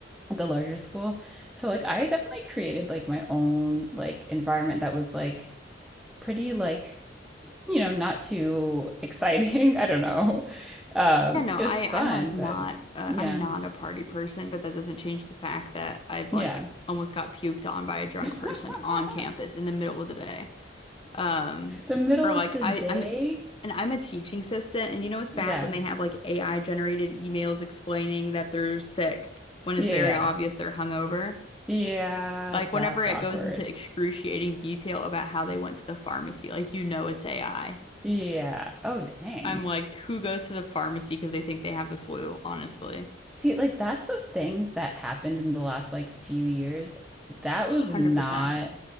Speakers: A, in the centre; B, on the left.
A: the larger school. So like I definitely created like my own like environment that was like pretty like, you know, not too exciting. <laughs> I don't know. Um,
B: Yeah, no,
A: it
B: I
A: was fun,
B: I'm like not
A: but
B: uh,
A: yeah,
B: I'm not a party person, but that doesn't change the fact that I've
A: yeah.
B: like almost got puked on by a drunk
A: <laughs>
B: person on campus in the middle of the day. Um,
A: The middle
B: or like
A: of the
B: I,
A: day.
B: I'm and I'm a teaching assistant, and you know it's bad
A: Yeah.
B: when they have like AI generated emails explaining that they're sick when
A: Yeah,
B: it's very
A: yeah.
B: obvious they're hungover.
A: Yeah,
B: Like
A: that's
B: whenever it
A: awkward.
B: goes into excruciating detail about how they went to the pharmacy, like you know it's AI.
A: Yeah. Oh, dang.
B: I'm like, who goes to the pharmacy because they think they have the flu, honestly.
A: See, like that's a thing that happened in the last like few years. That
B: 100%.
A: was not